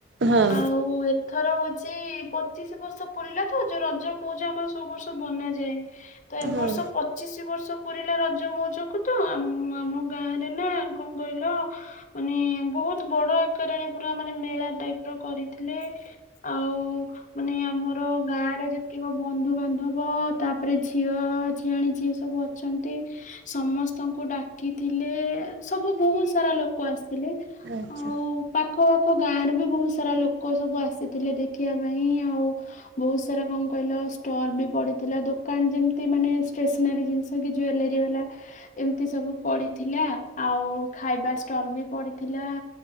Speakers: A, on the right; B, on the left.
A: ହଁ।
B: ଆଉ ଏଥର ହଉଛି ପଚିଶିବର୍ଷ ପୁରିଲାତ ଯୋଉ ରଜ ମଉଜ ସବୁ ବର୍ଷ ବନାଯାଏ। ତ ଏବର୍ଷ
A: ହଁ
B: ପଚିଶିବର୍ଷ ପୁରିଲା ରଜ ମଉଜକୁ ତ ଆମ ଗାଁରେ ନା କଣ କହିଲ ମାନେ ବହୁତ ବଡଆକାରରେ ପୁରା ମାନେ ମେଳା ଟାଇପର କରିଥିଲେ ଆଉ ମାନେ ଆମର ଗାଁରେ ଯେତିକ ବନ୍ଧୁ ବାନ୍ଧବ ତା। ତାପରେ ଝିଅ ଝିଆଣୀ ଯିଏ ସବୁ ଅଛନ୍ତି ସମସ୍ତଙ୍କୁ ଡାକିଥିଲେ ସବୁବହୁତ ସାରା ଲୋକ ଆସିଥିଲେ। ହେଲେ
A: ଆଚ୍ଛା
B: ଆଉ ପାଖ ଗାଁରୁବି ବହୁତ ସାରା ଲୋକ ସବୁ ଆସିଥିଲେ ଦେଖିବାପାଇଁ ଆଉ ବହୁତସାରା କଣ କହିଲ ଷ୍ଟଲ ବି ପଡିଥିଲା ଦୋକା। କଣ ଯେମିତି ମାନେ ଟେସନାରୀ ଜିନିଷ କି ଜୁଏଲାରୀବାଲା ଏମିତି ସବୁ ପଡିଥିଲା ଆଉ ଖାଇବା ଷ୍ଟଲ ବି ପଡିଥିଲା